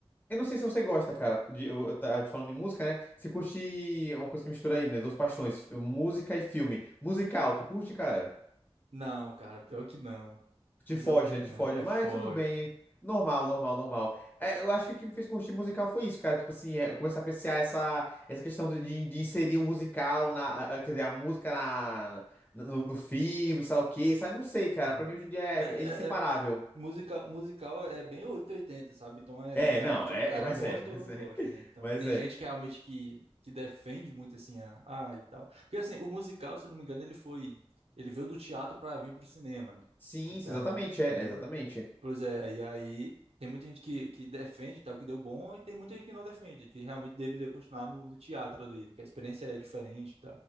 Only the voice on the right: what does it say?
Não, cara, pior que não.
Pior
que
não.
É
foge.
Uhum.
É,
é, Musical, musical é bem oitocentos e oitenta sabe? Então é
realmente
ou o cara
gosta
ou não
gosta,
né? Então
tem
gente que realmente que, que defende muito assim a, ah, e tal. Porque assim, o musical, se eu não me engano, ele foi ele veio do teatro para vir para o cinema, né?
Então,
eh,
pois é, e aí tem muita gente que, que defende e tal, que deu bom, e tem muita gente que não defende, que realmente deveria continuar no, no teatro ali, que a experiência é diferente